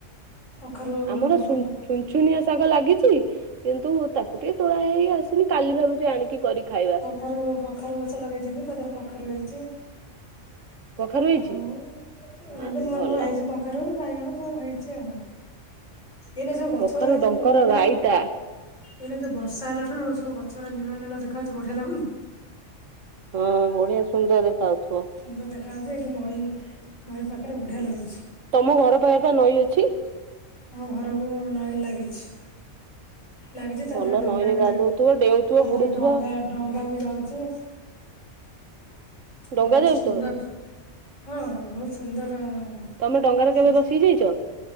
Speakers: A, on the left; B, on the right.
A: କଖାରୁ
B: ଆମର
A: ଡଙ୍କଲ
B: ସୁନ୍ ଛୁନଛୁନିଆ ଶାଗ ଲାଗିଛି, କିନ୍ତୁ ତାକୁ ଟିକେ ତୋଳା ହେଇ ଆସ ହେଲେ କାଲି ଭାବୁଛୁ ଆଣିକି କରି ଖାଇବା।
A: ଖାରୁ କଖାରୁ ଗଛ ଲଗେଇଛନ୍ତି, ତା ଦେହରେ କଖାରୁ ହେଇଛି।
B: କଖାରୁ ହେଇଛି
A: ଆଉ
B: ଆ
A: ଏବେ ନୂଆ
B: ଭଲ
A: ନୂଆ ହେଇଛି କ ଖାରୁ, ବାଇଗଣ ସବୁ ହେଇଛି ଆଉ। ଏଇନା ସବୁ ଗଛରା
B: କଖାରୁ ଡଙ୍କର
A: ସବୁ ନୀଳ ନୀଳ
B: ରାଇତା
A: ଏଇନା ଯୋଉ ବର୍ଷା ହେଲା ଠାରୁ ସବୁ ଗଛ ଗୁରା ନୀଳ ନୀଳ ଦେଖାହଉଛୁ ବଢିଆ ଲାଗୁନି?
B: ହଁ ବଢିଆ ସୁନ୍ଦର ଦେଖା ହଉଥୁବ।
A: ସୁନ୍ଦର ଦେଖା ହଉଛି, ଏଇଠି ନଈ, ନଈ ପାଖରେ ବଢିଆ ଲାଗୁଛି।
B: ତୋମ ଘର ପାଖରେ ପା ନଈ ଅଛି?
A: ଆମ ଘରକୁ ନଈ ଲାଗିଛି। ଲାଗିଛି ତା
B: ଭଲ
A: ଦେହରେ ଡଙ୍ଗା
B: ନଈରେ
A: ବି
B: ଗାଧଉଥିବ
A: ତା
B: ଡେଉଁଥିବ
A: ଦେହରେ
B: ବୁଡୁଥିବ
A: ଡଙ୍ଗା ଡଙ୍ଗା ବି ଯାଉଛି
B: ଡଙ୍ଗା
A: ବହୁତ
B: ଯାଉଛି
A: ସୁନ୍ଦର
B: ତମର
A: ହଁ ବହୁତ ସୁନ୍ଦର।
B: ତମେ ଡଙ୍ଗାରେ
A: ପ୍ରକୃତି
B: କେବେ ବସିକି ଯାଇଛ?